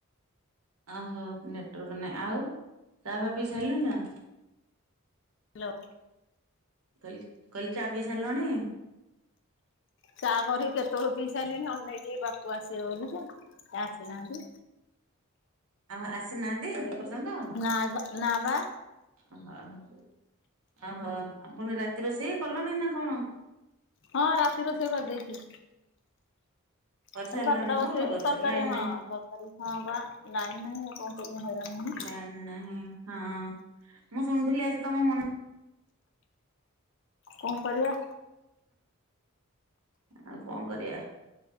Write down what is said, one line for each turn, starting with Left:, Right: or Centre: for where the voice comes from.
Right: ଅହୋ ନେଟୱର୍କ ନାଇଁ ଆଉ ଚାହା ଫା ପିଇ ସାରିଲଣି ନା?
Left: ହାଲୋ।
Right: କହିଲି କହିଲି ଚା ପିଇ। ସାରିଲଣି?
Left: ଚା କରିକି କେତେବଳୁ ପିଇସାରିଲିଣିି ଅନେଇଚି ଏଇ ବାପୁ ଆସିବେବୋଲି ତ କା ଆସିନାହାନ୍ତି।
Right: ଓ ଆସିନାହାନ୍ତି ଏପର୍ଯ୍ୟନ୍ତ?
Left: ନା ବା ନା ବା।
Right: ଅହ ହ ଅହ ଆପଣ ରାତି ରୋଷେଇ କଲଣି ନା କଣ?
Left: ହଁ ରାତି ରୋଷେଇ କରିଦେଇଚି।
Right: କରିସାରିଲଣି
Left: ଖାଲି ଭାତଟା ବସେଇବି
Right: ଭଲ କରିଛ
Left: ତରକାରୀ
Right: ଲାଇନ
Left: ହଁ
Right: ନାହିଁ
Left: ତରକାରୀ ହଁ ବା ଲାଇନ୍ ନାହିଁ ଆଉ କଣ। କରିବା ହଇରାଣ ହେଲି।
Right: ଲାଇନ୍ ନାହିଁ ହଁ ମୁଁ ଶୁଣୁଥିଲି ଆଜି ତମ ମନ।
Left: କଣ କରିବା।
Right: ଆଉ କଣ କରିବା